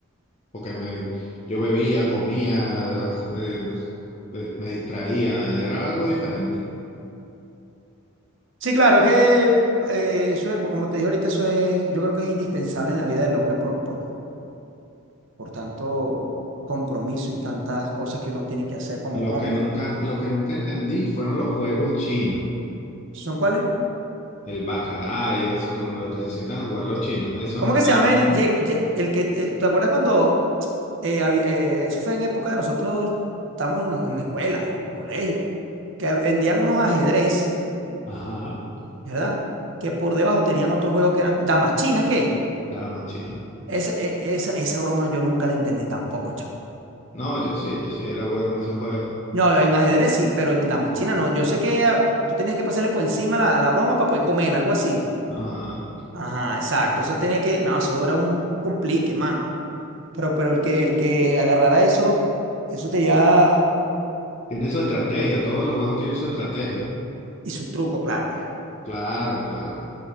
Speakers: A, on the left (about 30°); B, on the right (about 60°).
A: porque me, yo bebía, comía, eh, eh, me distraía, era algo diferente.
B: Sí, claro, es que eh, eso es, como te dije ahorita, eso es, yo creo que es indispensable en la vida del hombre por, por, por tanto compromiso y tantas cosas que uno tiene que hacer como
A: Lo
B: hombre.
A: que nunca, lo que nunca entendí fueron los juegos chinos,
B: ¿Son cuáles?
A: el baccarat y eso, con lo que se sientan a jugar los chinos, eso
B: ¿Cómo
A: nunca
B: que se llama el, ye- ye- el que, el- ¿te acuerdas cuando, eh, habi- eh, eso fue en época de nosotros, estamos en la en la escuela, en el colegio, que hab- vendían unos ajedrez,
A: Ajá.
B: ¿verdad? Que por debajo tenían otros juegos que eran damas chinas. ¿qué?
A: nada más chino.
B: Esa, e- esa, esa broma yo nunca la entendí tampoco, chavo.
A: No, yo sí, yo sí era bueno en esos juegos.
B: No, en ajedrez sí, pero en damas chinas no. Yo sé que ah, tú tenías que pasarle por encima la, la broma para poder comer, algo así.
A: Ajá.
B: Ajá, exacto. Eso tenía que. No, eso era un complique, mano. Pero, pero el que, el que agarrara eso, eso tenía.
A: Tiene su estrategia, todos los juegos tienen su estrategia.
B: Y su truco, claro.
A: Claro, claro.